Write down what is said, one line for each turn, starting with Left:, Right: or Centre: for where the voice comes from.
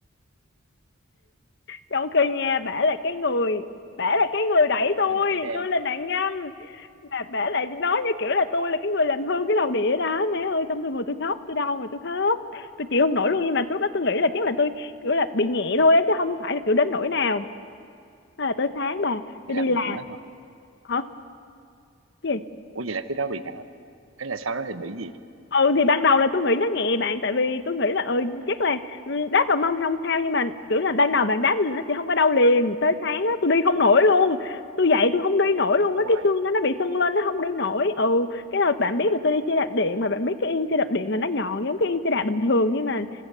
Left: trong khi nha bả là cái người bả là cái người đẩy tôi
Right: nên để đây
Left: tôi là nạn nhân mà bả lại nói như kiểu là tôi là cái người làm hư cái lầu đĩa đó mẹ ơi xong tôi ngồi tôi khóc tôi đau mà tôi khóc tôi chịu không nổi luôn nhưng mà lúc đó tôi nghĩ là chắc là tôi kiểu là bị nhẹ thôi á chứ không phải là kiểu đến nỗi nào Thế là tới sáng bà
Right: vậy
Left: tôi
Right: là
Left: đi
Right: bị
Left: làm
Right: nặng lắm rồi
Left: hả Gì?
Right: ủa vậy là cái đó bị nặng lắm rồi thế là sau đó thì bị gì
Left: ừ thì ban đầu là tôi nghĩ nó nhẹ bạn tại vì tôi nghĩ là ừ chắc là ừ, đáp vào mông thì không sao nhưng mà kiểu là ban đầu bạn đáp là nó sẽ không có đau liền tới sáng á tôi đi không nổi luôn tôi dậy tôi không đi nổi luôn
Right: Ôi.
Left: á cái xương đó nó bị sưng lên nó không đi nổi ừ cái rồi bạn biết là tôi đi xe đạp điện mà bạn biết cái yên xe đạp điện là nó nhọn giống cái yên xe đạp bình thường nhưng mà